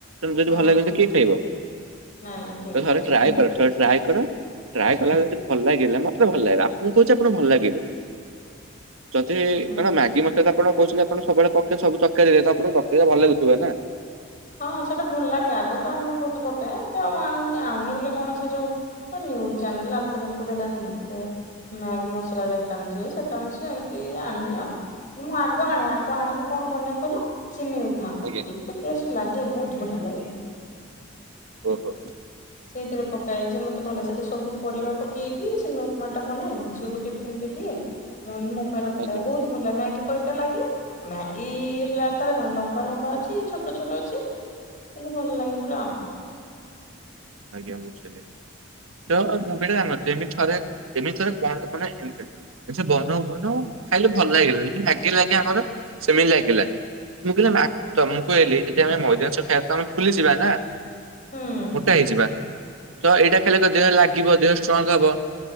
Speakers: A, on the right (about 80°); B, on the left (about 35°).
A: ଯଦି
B: ହଁ
A: ଭଲ ଲାଗିବ
B: ହଁ
A: କିଏ ଖାଇବ
B: ନାଇଁ ନାଇଁ ଠିକ
A: ତ ଥରେ
B: କହିଛ
A: ଟ୍ରାଏ
B: ମୁଁ
A: କର। ଟ୍ରାଏ କର ଟ୍ରାଏ କଲାଯଦି। ଭଲ ଲାଗିଲା ମତେ ଭଲ ଲାଗିଲା ଆପଣଙ୍କୁ କହୁଛି ଆପଣଙ୍କୁ ଭଲ ଲାଗିବ। ଯଦି
B: ହୁଁ।
A: କଣ ମାଗି ମସଲା ତ ଆପଣ କହୁଛନ୍ତି ଆପଣ ସବୁବେଳେ ପକେଇ ସବୁ ତରକାରୀରେ ତ ଆପଣଙ୍କୁ ପକେଇଲେ ଭଲ ଲାଗୁଥିବ ନା।
B: ହଁ ସେଟା ଭଲ ଲାଗେ ଆଗ ତ ଆଣିକି ବହୁତ ପକାଏ ଆଉ ଆଣୁନି ଆଣୁନି ବୋଲି କଣ ସେ ଯୋଉ। ହଁ ନିଉଜୁ ଚାନେଲ ଆଲତୁ ଫାଲୁତୁ ଦେଲା ନି କି। ମ୍ୟାଗି ମସଲା ରେ ଏଟା ମିସେ ସେଇଟା ମିସେ ଏମିତି ଆଣିନି ଆଉ। ମୁଁ ଆଗ ଆଣେ ଆଗ ଆଣିକି କଣ ବନାଏ କହିଲ ସିମେଇ ଉପମା।
A: ଆଜ୍ଞା।
B: ଏତେ ଫ୍ରେଶ ଲାଗେ ବହୁତ ବଢିଆ ଲାଗେ।
A: ଓହୋ।
B: ସେଇଥିରେ ପକାଏ ଯେ ମତେ ଭଲ ସେତ ସବୁ ପରିବା ପକେଇକି ସିମେଇ ଉପମା ଟା ବନାଏ ଝିଅ ଗୋଟେ ଏମିତିଆ ମମି ମୋ ପାଇଁ ରଖିଥାଏ
A: ଆଜ୍ଞା
B: ବହୁତ ଭଲ ଲାଗେ ମ୍ୟାଗି ପରିକା ଲାଗେ। ମ୍ୟାଗି ହେଲା ତାର କଣ ଲମ୍ବା ଲମ୍ବା ଅଛି ଛୋଟ। ଛୋଟ ଛୋଟ ଅଛି କିନ୍ତୁ ଭଲ ଲାଗେ ପୁରା ଆଉ।
A: ଆଜ୍ଞା ବୁଝିଲି ତ ମୁଁ ବିଟେ ଜାଣିନଥିଲି ଏମିତି ଥରେ ଏମିତି ଥରେ କଣ ମାନେ ଏମିତି। ସେ ବନଉ ବନଉ ଖାଇଲେ ଭଲ ଲାଗିଲା ଯେମିତି ମ୍ୟାଗି ଲାଗେ ଆମର ସେମିତି ଲାଗିଲା। ମୁଁ କହିଲି ମା ତମକୁ କହିଲି ଯଦି ଆମେ ମଇଦା ମାଂସ ଖାଇବା ତ ଆମେପୁଲି ଯିବା ନା।
B: ହୁଁ
A: ମୋଟା ହେଇଯିବା ତ ଏଇଟା ଖାଇଲେ ତ ଦେହ ଲାଗିବ ଦେହ ଷ୍ଟ୍ରଙ୍ଗ ହବ।